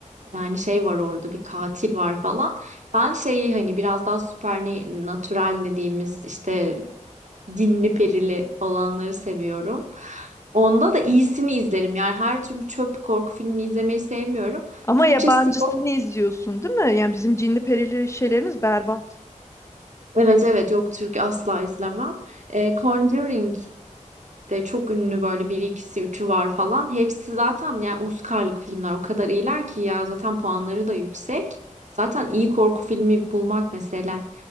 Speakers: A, on the right; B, on the left.
A: yani şey var orada bir katil var falan. Ben şeyi hani biraz daha supernatural dediğimiz işte cinli perili olanları seviyorum. Onda da iyisini izlerim. Yani her türlü çöp korku filmini izlemeyi sevmiyorum.
B: Ama
A: Türkçesi
B: yabancısını
A: yok.
B: izliyorsun, değil mi? Yani bizim cinli perili şeylerimiz berbat.
A: Evet evet yok Türk asla izlemem. E, Conjuring de çok ünlü böyle bir ikisi üçü var falan. Hepsi zaten yani Oscar'lık filmler o kadar iyiler ki ya zaten puanları da yüksek. Zaten iyi korku filmi bulmak mesele.